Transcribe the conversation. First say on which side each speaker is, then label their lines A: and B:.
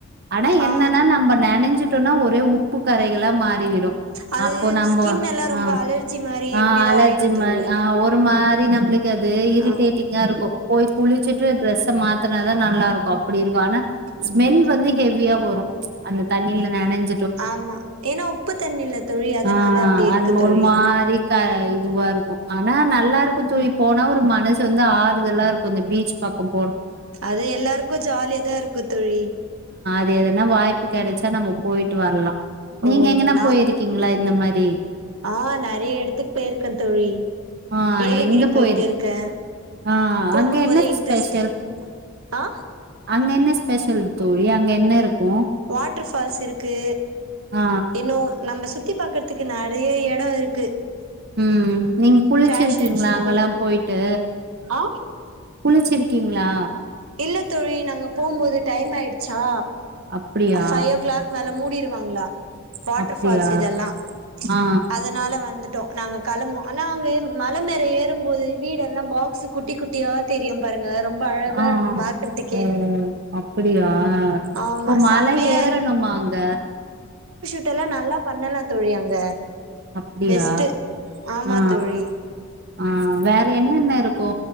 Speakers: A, on the right; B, on the right.
A: ஆனா என்னன்னா
B: ஆ
A: நம்ப நணஞ்சிட்டோனா ஒரே உப்பு கரைகலா மார் மாரிவிடு
B: அது
A: அப்போ நம்போ
B: ஸ்கின்
A: அ
B: எல்லா ரொம்ப அலர்ஜி மாரி
A: அ
B: எப்டியோ
A: அலர்ஜிமா
B: ஆயிடு தோழி
A: அ ஒரு மார் து நம்ளு அது இரிடேடிங்கா
B: ஆ
A: இருக்கு போய் குளுச்சுட்டு டிரெஸ்ஸ மாத்துனாதா நல்லாருக்கு அப்டிருக்கு ஆனா
B: ம்
A: ஸ்மெல் வந்து ஹெவியா வரு அந்த தண்ணில நெனஞ்
B: ஆமா ஏனா உப்பு தண்ணில தோழி அதுனால
A: ஆ
B: அப்பிடி இருக்கு
A: அது
B: தோழி
A: ஒரு மாரி க இதுவாருக்கோ ஆனா நல்லாருக்கோ தோழி போனா ஒரு மனசு வந்து ஆறுதலாருக்கோ இந்த பீச் பக்கம்
B: அது எல்லாருக்ககு ஜாலியாதாருக்கு தோழி
A: து எதனா வாய் கெடச்சா நம்ம போய்ட்டு வரலா நீங்க
B: ஓ
A: எங்கனா
B: நா
A: போயிருக்கீங்ளா இந்த மாரி
B: ஆ நெறய எடத்துக்கு போய்ருக்கே தோழி
A: ஆ
B: ஏலகிரி
A: எங்க
B: போய்டுருக்கே
A: போயிரு ஆ
B: போகும்
A: அங்க என்ன
B: போதே இன்ட்ரெஸ்ட்டு
A: ஸ்பெஷல்
B: ஆ
A: அங்க என்ன ஸ்பெஷல் தோழி அங்க என்னருக்கு
B: வாட்டர் ஃபால்ஸ் இருக்கு
A: ஆ
B: இன்னோ நம்ஸ் சுத்தி பாக்கற்துக்கு நெறிய எடோ இருக்கு
A: ம் நீங்க குளிச்சிருக்கீங்ளா
B: ஃபேஷன் ஷோ
A: அங்கலா போய்ட்டு
B: ஆ
A: குளிச்சிருக்கீங்ளா
B: இல்ல தோழி நாங்க போம்போது டைம் ஆயிடுச்சா
A: அப்டியா
B: ஃபைவ் ஓ கிளாக் மேல மூடிருவாங்ளா வாட்டர்பால்ஸ்
A: அப்டியா
B: இதெல்லா
A: ஆ
B: அதனால வ வந்துட்டோ நாங்க கிளம்போ ஆனா அங்க மல மேல ஏறும்போது வீடெல்லா பாக்ஸு குட்டி குட்டியா தெரியு பாருங்க ரொம்ப அழகா
A: ஆ
B: இருக்கு பாக்கறதுக்கே
A: ஓ அப்பிடியா இப்போ
B: ஆமா
A: மா
B: செம்மையா
A: மலை ஏறணுமா அங்க
B: ட்டுல்லா நல்லா பண்ணலா தோழி அங்க
A: அப்டியா
B: பெஸ்ட்டு ஆமா
A: ஆ
B: தோழி
A: ஆ வேற என்னன்ன இருக்கு